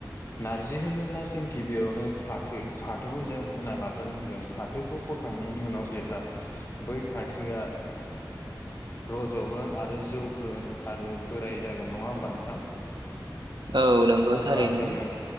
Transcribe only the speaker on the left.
नारजि होनोब्ला जों गिबियावनो फात फाथो फाथोखौ जों फोना लाग्रोनांगोन फाथोखौ फोखांनायनि उनाव जेब्ला बै फाथोआ रज जगोन आरो जौगोन आरो बोराय जागोन नङा होमबा नोंथां?
अब्ला
जोङो